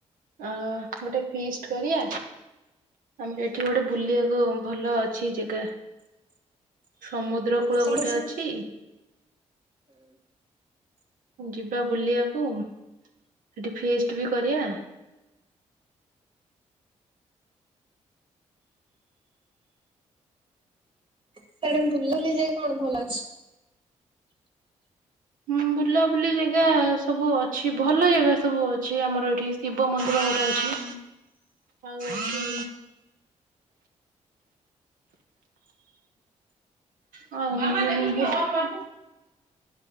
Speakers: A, on the right; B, on the right.
A: ଅ ଗୋଟେ ଫିଷ୍ଟ କରିଆ। ଆମର ଏଠି ଗୋଟେ ବୁଲିବାକୁ ଭଲ ଅଛି ଜାଗା ସମୁଦ୍ର ଉପକୂଳ
B: ସିଆଡେ
A: ଗୋଟେ
B: ସବୁ
A: ଅଛି ଯିବା ବୁଲିବାକୁ ସେଠି ଫେଷ୍ଟ ବି କରିବା।
B: ସେଡ ବୁଲିଲି ଯାଇ କଣ ଭଲ ଅଛି
A: ହଁ ବୁଲାବୁଲି ଜାଗା ସବୁ ଅଛି ଭଲ ଜାଗା ସବୁ ଅଛି ଆମର ଏଠି। ଶିବମନ୍ଦିର ଗୋଟେ ଅଛି।
B: <inaudible>
A: ଆଉ ଏଠି ହଉ <unintelligible>